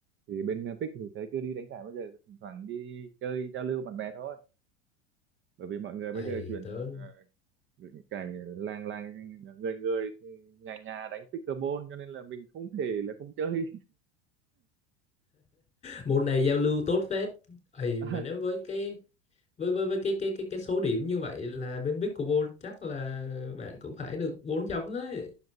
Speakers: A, on the right (about 35°); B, on the left (about 20°).
A: thì bên à, pick thì tớ chưa đi đánh giải bao giờ thỉnh thoảng đi chơi giao lưu bạn bè thôi bởi vì mọi người
B: ấy
A: bây giờ chuyển
B: tớ
A: uh, cảnh làng làng người người nhà nhà đánh pickleball cho nên là mình không thể là không chơi
B: môn này giao lưu tốt phết ấy
A: <laughs>
B: mà nếu với cái với với với cái cái cái cái số điểm như vậy là bên Pickleball chắc là bạn cũng phải được 4 chấm đấy